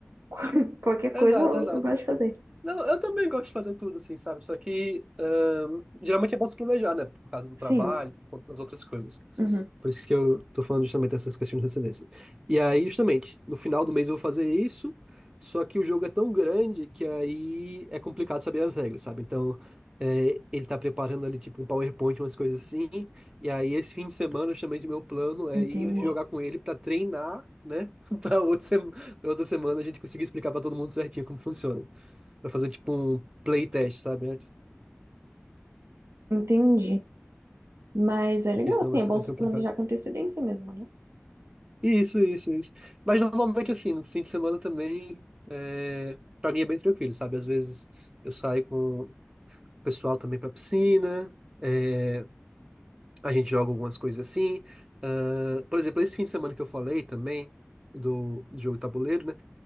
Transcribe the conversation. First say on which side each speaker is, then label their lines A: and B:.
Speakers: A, on the right; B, on the right.
A: <laughs> qualquer
B: Exato,
A: coisa eu,
B: exato.
A: eu gosto de fazer.
B: Não, eu também gosto de fazer tudo, assim, sabe? Só que ah, geralmente é bom se planejar, né? Por causa do trabalho,
A: Sim.
B: por conta das outras coisas.
A: Uhum.
B: Por isso que eu tô falando justamente dessas questões de transcendência. E aí, justamente, no final do mês eu vou fazer isso, só que o jogo é tão grande que aí é complicado saber as regras, sabe? Então, é, ele tá preparando ali, tipo, um PowerPoint, umas coisas assim. E aí, esse fim de semana, justamente, meu plano é
A: Entendi.
B: ir jogar com ele pra treinar, né? <laughs> Pra outra, sema- pra outra semana a gente conseguir explicar pra todo mundo certinho como funciona. Pra fazer, tipo, um playtest, sabe? Antes.
A: Entendi. Mas é
B: Porque
A: legal,
B: senão
A: assim,
B: vai
A: é
B: ser
A: bom
B: muito
A: se
B: complicado.
A: planejar com antecedência mesmo, né?
B: Isso, isso, isso. Mas normalmente, assim, no fim de semana também, é... pra mim é bem tranquilo, sabe? Às vezes eu saio com o pessoal também pra piscina, é, a gente joga algumas coisas assim. Ah, por exemplo, esse fim de semana que eu falei também, do, do jogo de tabuleiro, né?